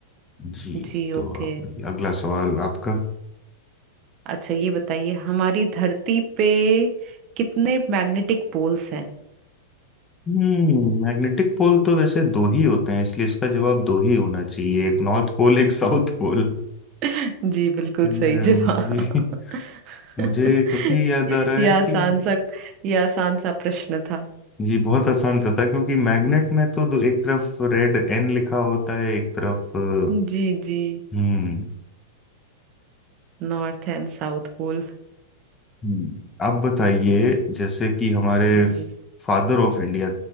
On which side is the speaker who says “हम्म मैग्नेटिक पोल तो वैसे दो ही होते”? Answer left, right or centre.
Left